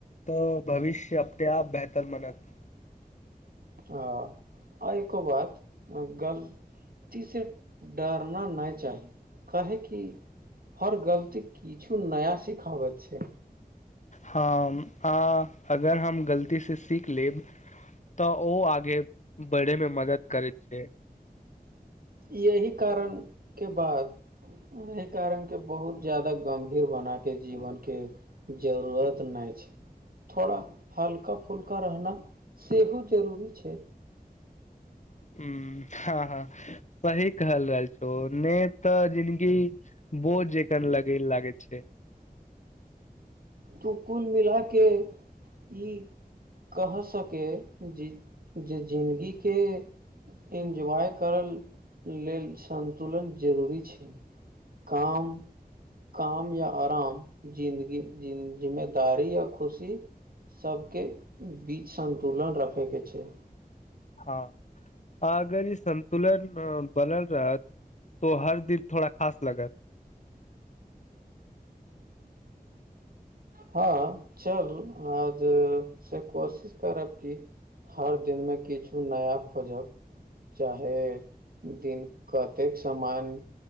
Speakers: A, on the left; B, on the right.
A: तऽ भविष्य अपने आप बेहतर बनत
B: हाँ आय कऽ बाद गल से डरना नहि चाही काहे कि हर गलती किछु नया सिखाबैत छै
A: हम हाँ अगर हम गलतीसँ सीख लेब तऽ ओहो आगे बढ़य मे मदद करैत छै
B: ई यही कारण के बाद एहि कारण के बहुत ज्यादा गम्भीर बना देल जीवन के जरूरत नहि छै थोड़ा हल्का फुल्का रहना सेहो जरूरी छै।
A: हम्म हँ हँ सही कहल रहल छै ने। त। ज़िन्दंगी बोझ जेकन लगे लागे छै।
B: तू कुल मिला के ई। कह सके जे ज ज़िंदंगी के। एन्जॉय करय लेल संन्तुलन जरूरी छै। काम काम या आराम जिन्दगी। ज जिमेदारी य खुशी। सभ के बीच संन्तुलन रखे के छै।
A: हँ अगर ई संन्तुलन बनल रहत। तो हर दिन थोड़ा खास लगत।
B: हँ चलू आज से कोशिश करब की। हर दिन मे किछु नया खोजब। चाहे दिन कतेक समान।